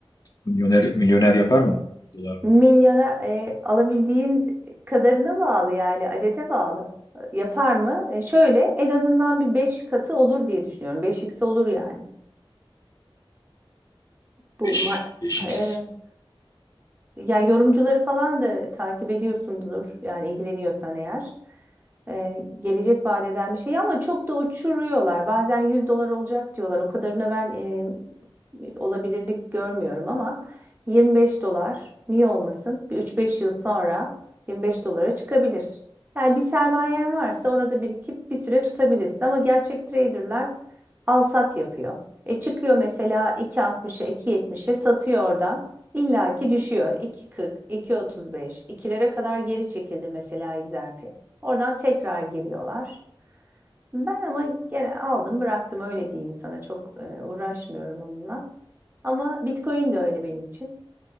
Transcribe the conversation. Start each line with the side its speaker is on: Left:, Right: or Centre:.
Left: Milyoner milyoner yapar mı? Dolar mı?
Right: Milyoner e, alabildiğin kadarına bağlı yani adete bağlı. Yapar mı? E, şöyle en azından bir 5 katı olur diye düşünüyorum. beş x olur yani. Bu
Left: 5
Right: ma-
Left: 5x.
Right: evet. Yani yorumcuları falan da takip ediyorsundur. Yani ilgileniyorsan eğer. E, gelecek vaat eden bir şey ama çok da uçuruyorlar. Bazen 100 dolar olacak diyorlar. O kadarına ben e, olabilirlik görmüyorum ama 25 dolar niye olmasın? Bir 3-5 yıl sonra 25 dolara çıkabilir. Yani bir sermayen varsa orada birikip bir süre tutabilirsin ama gerçek traderlar al sat yapıyor. E çıkıyor mesela 2.60'a 2.70'e satıyor oradan. İlla ki düşüyor. 2.40, 2.35, 2'lere kadar geri çekildi mesela XRP. Oradan tekrar giriyorlar. Ben ama gene aldım bıraktım öyle diyeyim sana çok e, uğraşmıyorum onunla. Ama Bitcoin de öyle benim için.